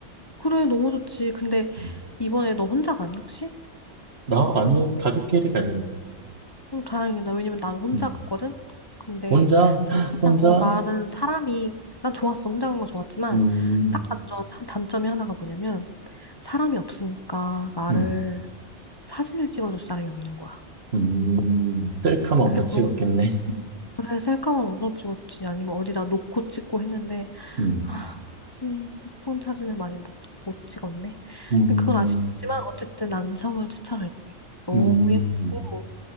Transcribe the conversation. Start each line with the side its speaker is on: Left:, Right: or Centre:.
Left: 그래, 너무 좋지. 근데
Right: 음.
Left: 이번에 너 혼자 가니, 혹시?
Right: 나? 아니, 가족끼리 갈래.
Left: 응, 다행이다. 왜냐면 나는 혼자
Right: 음.
Left: 갔거든? 근데,
Right: 혼자? <gasps>
Left: 너무
Right: 혼자?
Left: 사랑- 어, 나는 사람이, 난 좋았어. 혼자 간 거 좋았지만,
Right: 음,
Left: 딱 단점, 한 단점이 하나가 뭐냐면, 사람이 없으니까 나를
Right: 음,
Left: 사진을 찍어줄 사람이 없는 거야.
Right: 음. 셀카만
Left: 그게
Right: 엄청 찍었겠네.
Left: 좀, 그래, 셀카만 엄청 찍었지. 아니면 어디다 놓고 찍고 했는데,
Right: <laughs> 음,
Left: 아, 사진이, 예쁜 사진을 많이 못, 못 찍었네.
Right: 음,
Left: 근데 그건 아쉽지만, 어쨌든 난 이 섬을 추천할게. 너무
Right: 음.
Left: 예쁘고,